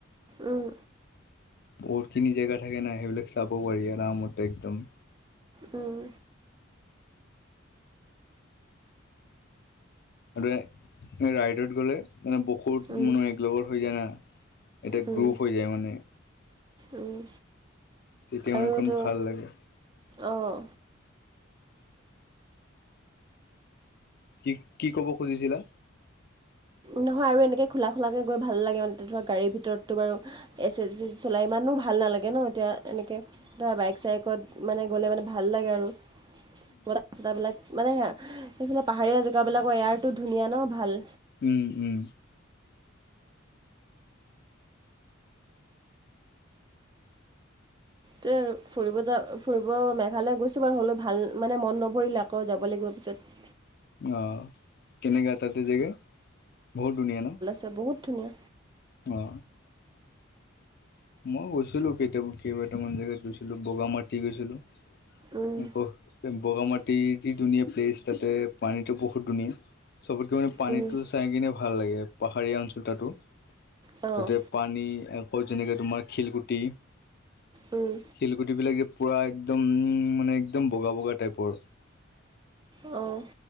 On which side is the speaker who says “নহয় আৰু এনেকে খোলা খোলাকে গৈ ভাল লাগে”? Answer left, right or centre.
Right